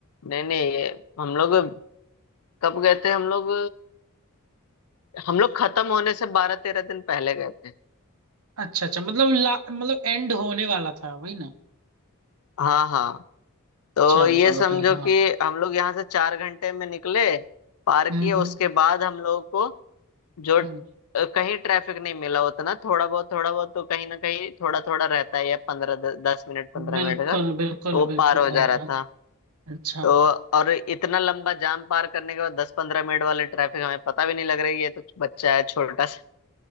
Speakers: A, on the left; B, on the right.
A: नहीं नहीं ये हम लोग कब गए थे हम लोग हम लोग खत्म होने से बारह तेरह दिन पहले गए थे
B: अच्छा अच्छा मतलब ला, मतलब एंड होने वाला था वही ना
A: हाँ हाँ तो
B: चलो
A: ये
B: चलो
A: समझो
B: ठीक है हाँ
A: कि हम लोग यहाँ से चार घंटे में निकले पार
B: हम्म
A: किए उसके
B: हम्म
A: बाद हम लोगों को जो अ,
B: हम्म
A: कहीं ट्रैफिक नहीं मिला उतना थोड़ा बहुत थोड़ा बहुत तो कहीं ना कहीं थोड़ा थोड़ा रहता ही है या पंद्रह दस मिनट पंद्रह
B: बिल्कुल
A: मिनट का
B: बिल्कुल
A: तो वो
B: बिल्कुल
A: पार हो जा
B: भैया
A: रहा था
B: अच्छा
A: तो और इतना लंबा जाम पार करने के बाद दस पंद्रह मिनट वाले ट्रैफिक हमें पता भी नहीं लग रही है ये तो बच्चा है छोटा सा